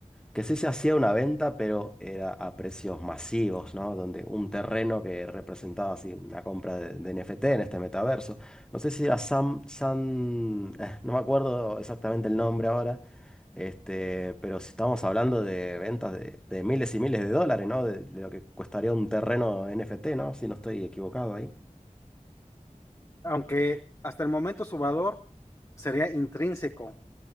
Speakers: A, in the centre; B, on the left (about 25°).
A: que sí se hacía una venta, pero era a precios masivos, ¿no? Donde un terreno que representaba así una compra de, de NFT en este metaverso. No sé si era Sam, Sam, eh, no me acuerdo exactamente el nombre ahora, este, pero si estamos hablando de ventas de, de miles y miles de dólares, ¿no? De, de lo que costaría un terreno NFT, ¿no? Si no estoy equivocado ahí.
B: Aunque hasta el momento su valor sería intrínseco,